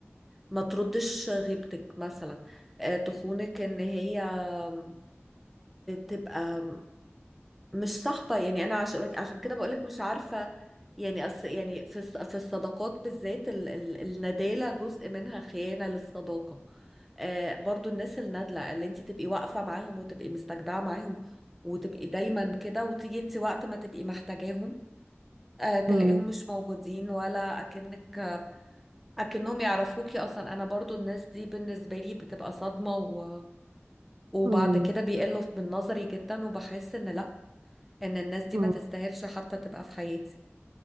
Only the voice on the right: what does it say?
مم.
مم.
مم.